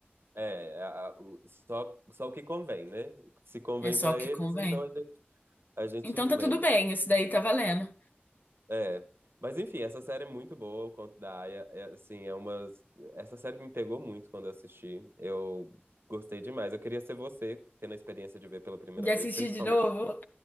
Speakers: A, on the right (about 70°); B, on the left (about 50°).
A: É, a- a- o- só, só o que convém, né? o que Se convém
B: É só
A: pra
B: o que
A: eles,
B: convém.
A: então a gente, a gente
B: Então
A: lembra.
B: tá tudo bem, isso daí tá valendo.
A: É, mas enfim, essa série é muito boa, o Conto da Aia. É, assim, é uma. Essa série me pegou muito quando eu assisti. Eu gostei demais. Eu queria ser você, tendo a experiência de ver pela primeira
B: De assistir
A: vez, principalmente.
B: de novo?